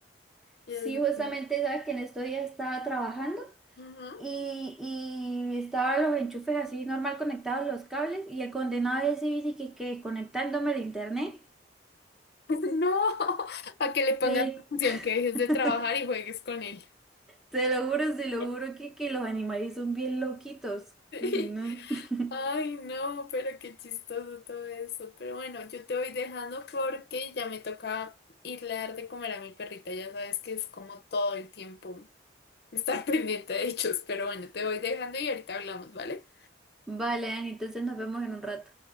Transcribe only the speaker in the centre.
Sí,
justamente sabes que en estos días estaba trabajando
y, y estaba los enchufes así normal conectados los cables y el condenado ese bici que, que conectándome al internet.
Sí.
<laughs>
Te lo juro, te lo
juro que, que los animales son bien loquitos.
Uy, No. <laughs>
Vale, Dani, entonces nos vemos en un rato.